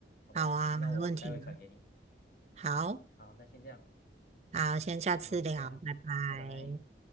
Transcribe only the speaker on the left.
好不好？
那我待会转给你。
好，那先这样，
好，谢啦，
拜拜。